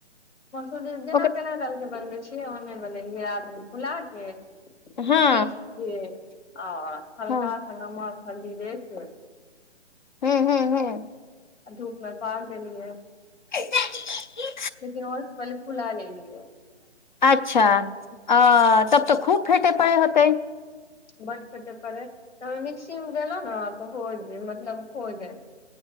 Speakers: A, on the left (about 80°); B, on the left (about 40°).
A: मसूर जेना
B: ओकर
A: चना दाल के बनबैइ छियै ओनही बनेलियै रात में फुला के
B: हँ
A: पीस के आ हल्का
B: हँ
A: सा नमक हल्दी देके
B: हूंअ् हूंअ् हूंअ्
A: धूप में मे पार देलियै
B: <inaudible>
A: लेकिन और से पहिले फुला ले लिअइ
B: अच्छा अ तब तऽ खूब फेंटे पड़ैइ होतई
A: बड्ड फेंटय पड़ै तऽ मिक्सी में देलहुँ ने तऽ हो मतलब हो जायत